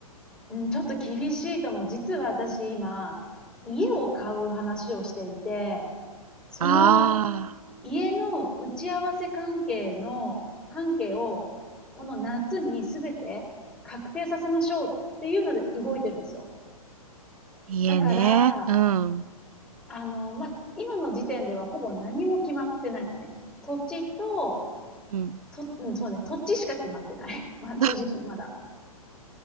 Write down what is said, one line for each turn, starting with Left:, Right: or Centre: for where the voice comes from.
Centre: うん、ちょっと厳しいと思う。実は私今、家を買う話をしていて、その
Right: ああ
Centre: 家の打ち合わせ関係の、関係を、この夏にすべて確定させましょうっていうので動いてるんですよ。
Right: ー、家ね。
Centre: だから、
Right: うん。
Centre: あの、ま、今の時点ではほぼ何も決まってないのね。土地と、
Right: うん。
Centre: と、うん、そうね、土地しか決まってない。<laughs> まあ、
Right: <laughs>
Centre: 正直、まだ。